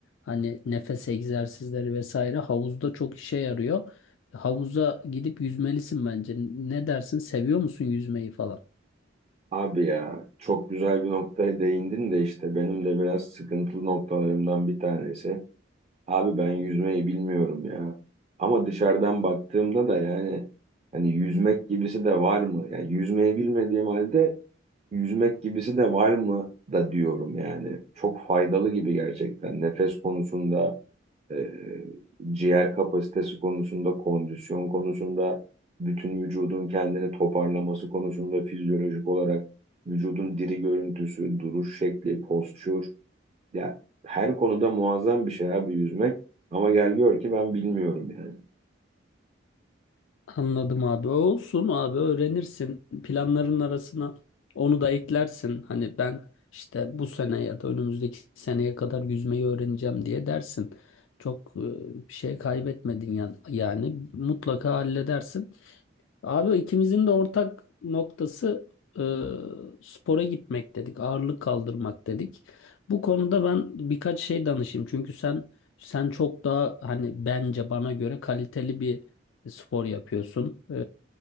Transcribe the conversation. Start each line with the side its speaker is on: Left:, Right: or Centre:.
Left: Hani nefes egzersizleri vesaire havuzda çok işe yarıyor. Havuza gidip yüzmelisin bence. Ne dersin? Seviyor musun yüzmeyi falan?
Right: Abi ya çok güzel bir noktaya değindin de işte benim de biraz sıkıntılı noktalarımdan bir tanesi. Abi ben yüzmeyi bilmiyorum ya. Ama dışarıdan baktığımda da yani hani yüzmek gibisi de var mı? Yani yüzmeyi bilmediğim halde yüzmek gibisi de var mı da diyorum yani. Çok faydalı gibi gerçekten nefes konusunda e, ciğer kapasitesi konusunda, kondisyon konusunda, bütün vücudun kendini toparlaması konusunda fizyolojik olarak vücudun diri görüntüsü, duruş şekli, postür ya her konuda muazzam bir şey abi yüzmek ama gel gör ki ben bilmiyorum yani.
Left: Anladım abi. Olsun abi öğrenirsin. Planların arasına onu da eklersin. Hani ben işte bu sene ya da önümüzdeki seneye kadar yüzmeyi öğreneceğim diye dersin. Çok e, bir şey kaybetmedin yani. Yani mutlaka halledersin. Abi ikimizin de ortak noktası e, spora gitmek dedik, ağırlık kaldırmak dedik. Bu konuda ben birkaç şey danışayım. Çünkü sen sen çok daha hani bence bana göre kaliteli bir spor yapıyorsun. E,